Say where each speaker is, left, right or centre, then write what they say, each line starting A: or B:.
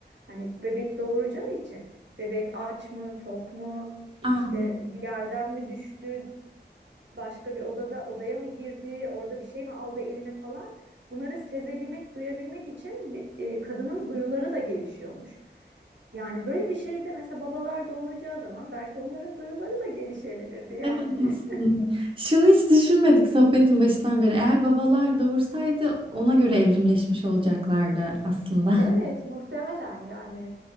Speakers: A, on the right; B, on the right.
A: Hani bebek doğuracağı için bebek aç mı, tok mu, işte
B: Aa,
A: bir yerden mi düştü, başka bir odada odaya mı girdi, orada bir şey mi aldı eline falan. Bunları sezebilmek, duyabilmek için bir- e, kadının duyuları da gelişiyormuş. Yani böyle bir şeyde mesela babalar doğuracağı zaman belki onların duyuları da gelişebilirdi yani.
B: evet aslında.
A: <laughs>
B: Şunu hiç düşünmedik sohbetin başından beri. Eğer babalar doğursaydı ona göre evrimleşmiş olacaklardı aslında. <laughs>
A: Evet, muhtemelen yani